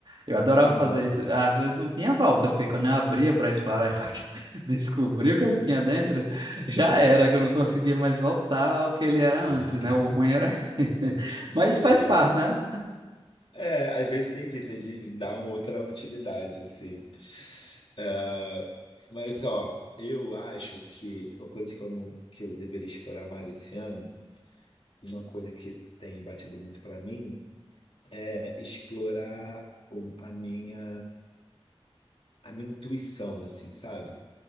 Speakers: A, on the right; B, on the left.
A: Eu adorava
B: Aham.
A: fazer isso.
B: <laughs>
A: Às vezes não tinha volta, porque quando eu abria para explorar e pra <laughs> descobrir o que é que tinha dentro, já era, que eu não conseguia mais voltar ao que ele era antes,
B: Vou botar
A: né? O ruim era. <laughs> Mas isso faz
B: às vezes.
A: parte, né?
B: É, às vezes tem disso, de dar uma outra utilidade, assim. É, mas, ó, eu acho que uma coisa que eu, não, que eu deveria explorar mais esse ano, e uma coisa que tem batido muito para mim, é explorar o- a minha, a minha intuição, assim, sabe?